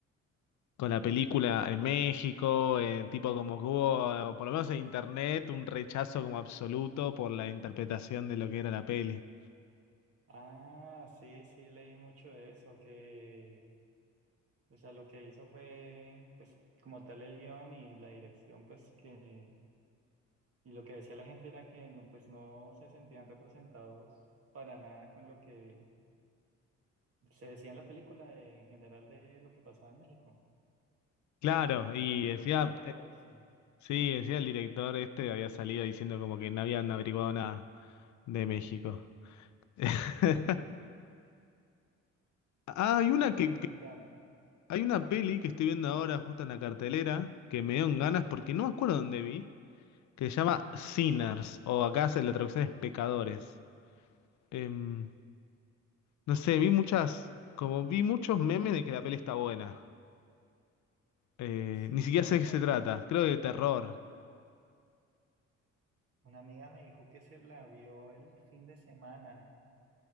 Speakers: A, on the left (about 70°); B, on the right (about 50°).
A: con la película en México, eh, tipo como que hubo, por lo menos en internet, un rechazo como absoluto por la interpretación de lo que era la peli.
B: Ah, sí, sí, leí mucho de eso, que, o sea, lo que hizo fue, pues, como tal el guión y la dirección, pues, que, y lo que decía la gente era que, no, pues, no se sentían representados para nada con lo que se decía en la película, de- en general, de lo que pasaba en México,
A: Claro, y
B: pero
A: decía,
B: mucha controversia.
A: Sí, encima el director este había salido diciendo como que no habían averiguado nada de México. <laughs> Ah, hay
B: Está
A: una
B: todo
A: que,
B: complicado.
A: que- hay una peli que estoy viendo ahora justo en la cartelera que me dieron ganas porque no me acuerdo dónde vi, que se llama Sinners o acá se- la traducción es pecadores. Em, no sé, vi muchas, como vi muchos memes de que la peli está buena. Eh,
B: Sí,
A: ni
B: me-
A: siquiera sé de qué se trata, creo que de terror.
B: una amiga me dijo que se la vio el fin de semana